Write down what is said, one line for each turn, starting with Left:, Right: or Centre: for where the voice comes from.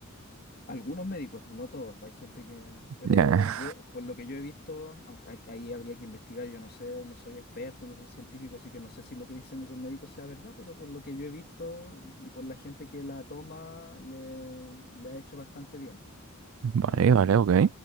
Left: Algunos médicos, no todos, hay gente que... Pero
Right: Ya.
Left: yo, por lo que yo he visto, aunque hay- ahí habría que investigar, yo no sé, no soy experto, no soy científico, así que no sé si lo que dicen esos médicos sea verdad, pero por lo que yo he visto y por la gente que la toma, le, le ha hecho bastante bien. Y,
Right: Vale, vale, ok.